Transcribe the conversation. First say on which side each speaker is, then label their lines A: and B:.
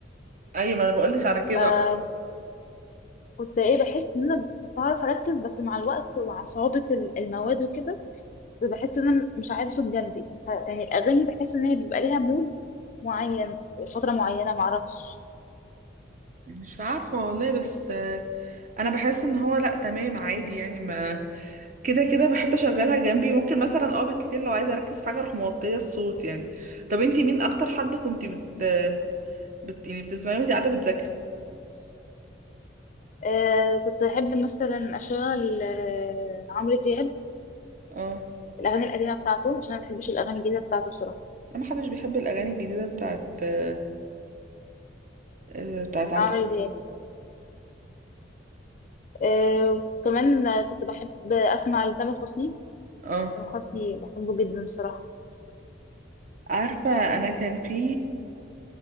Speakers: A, on the right; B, on the left.
A: ايوه ما انا بقولك على كده
B: آه، كنت ايه بحس ان انا بعرف اركز بس مع الوقت ومع صعوبه ال- المواد وكده كنت بحس ان انا مش عايزه صوت جنبي ف- يعني الاغاني بحس ان هي بيبقى ليها مود معين فتره معينه معرفش
A: مش عارفه والله بس آه، انا بحس ان هو لا تمام عادي يعني ما كده كده بحب اشغلها جنبي ممكن مثلا اه بالكتير لو عايزه اركز في حاجه اروح موطيه الصوت يعني طب انتي مين اكتر حد كنتي بت, بت... يعني بتسمعي وانتي قاعده بتذاكري
B: آه كنت أحب مثلا أشغل آه عمرو دياب
A: اه
B: الأغاني القديمة بتاعته عشان أنا ما بحبش الأغاني الجديدة بتاعته بصراحة
A: ما حدش بيحب الاغاني الجديده بتاعت آه، آه، بتاعت
B: بتاعت
A: عمرو
B: عمرو دياب آه وكمان آه، كنت بحب أسمع لتامر حسني
A: اه
B: تامر حسني بحبه جدا بصراحة
A: عارفة أنا كان في